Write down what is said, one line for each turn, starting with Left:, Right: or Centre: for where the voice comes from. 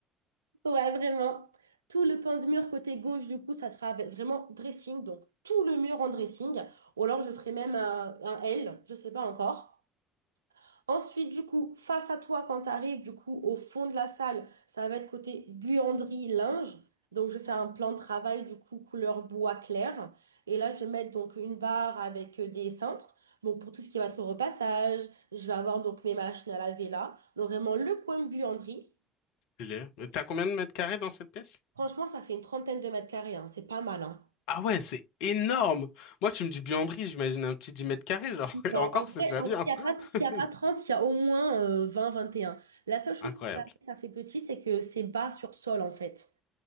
Right: Ouais, vraiment. Tout le pan de mur côté gauche, du coup, ça sera avec- vraiment dressing. Donc, tout le mur en dressing. Ou alors, je ferai même un, un L, je sais pas encore. Ensuite, du coup, face à toi, quand tu arrives, du coup, au fond de la salle, ça va être côté buanderie, linge. Donc, je vais faire un plan de travail, du coup, couleur bois clair. Et là, je vais mettre donc une barre avec euh, des cintres. Donc, pour tout ce qui va être repassage, je vais avoir donc mes machines à laver là. Donc, vraiment, le coin buanderie.
Left: Stylé. Mais T'as combien de mètres carrés dans cette pièce?
Right: Franchement, ça fait une trentaine de mètres carrés, hein, c'est pas mal, hein.
Left: Ah ouais, c'est énorme! Moi, tu me dis buanderie, j'imagine un petit 10 mètres carrés, genre. <laughs>
Right: Non,
Left: Et encore,
Right: en vrai,
Left: c'est déjà
Right: en-
Left: bien.
Right: s'il n'y
Left: <laughs>
Right: a pas, s'il y a pas 30, il y a au moins euh, vingt, vingt et un. La seule chose
Left: Incroyable.
Right: qui paraît que ça fait petit, c'est que c'est bas sur sol, en fait.